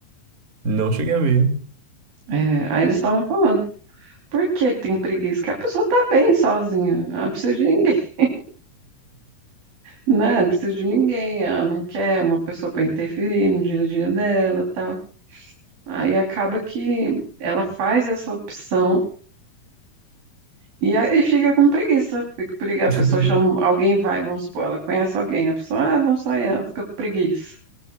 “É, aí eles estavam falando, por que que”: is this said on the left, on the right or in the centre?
Right